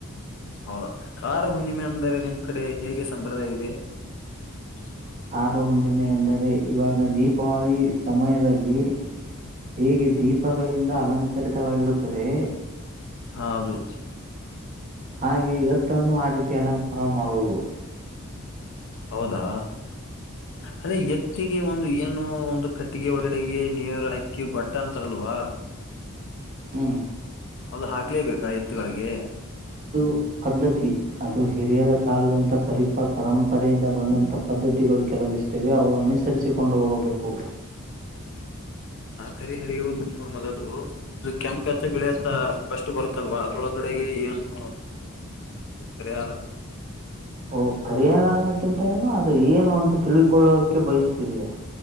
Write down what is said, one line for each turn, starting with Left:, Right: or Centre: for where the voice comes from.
Left: ಹೌದಾ ಖಾರ ಹುಣ್ಣಿಮೆ ಅಂದರೆ ನಿಮ್ ಕಡೆ ಹೇಗೆ ಸಂಪ್ರದಾಯ ಇದೆ ಹ
Right: ಆರು ಹುಣ್ಣಿಮೆ ಅಂದರೆ ಇವಾಗ ದೀಪಾವಳಿ ಸಮಯದಲ್ಲಿ ಹೇಗೆ ದೀಪಗಳಿಂದ ಅಲಂಕರಿತವಾಗಿರುತ್ತದೆ
Left: ಹೌದು
Right: ಹಾಗೆ ಎತ್ತನ್ನು ಆ ರೀತಿ ಅಲಂಕಾರ ಮಾಡುವುದು
Left: ಹೌದಾ ಅದೇ ಎತ್ತಿಗೆ ಒಂದು ಏನು ಒಂದು ಕಟ್ಟಿಗೆ ಒಳಗಡೆಗೆ ನೀರು ಹಕ್ಕಿ ಗೊಟ್ಟ ಅಂತಾರ ಅಲ್ವಾ
Right: ಹ್ಞೂ
Left: ಅದು ಹಾಕ್ಲೇಬೇಕಾ ಎತ್ತುಗಳಿಗೆ
Right: ಅದು ಪದ್ಧತಿ ಅದು ಹಿರಿಯರ ಕಾಲದಂತ ಪರಿಪ ಪರಂಪರೆಯಿಂದ ಬಂದಂತ ಪದ್ಧತಿಗಳು ಕೆಲಂದಿಷ್ಟೇವೆ ಅವು ಅನುಸರಿಸಿಕೊಂಡು ಹೋಗಬೇಕು
Left: ಕರಿಹರಿಯು ನಿ ಮೊದಲು ಅದು ಕೆಂಪ ಅಂತ ಬೆಳೆತ್ತ ಕಷ್ಟು ಬರುತ್ತಲ್ವಾ ಅದ್ರೊಳ ಡೆಗೆ ಏನು ಪರಿಹಾರ
Right: ಓ ಪರಿಹಾರಕ್ಕಿಂತ ಏನು ಅದು ಏನು ಅಂತ ತಿಳ್ಕೊಳ್ಳೋಕೆ ಬಯಸ್ತೀವಿಯಾ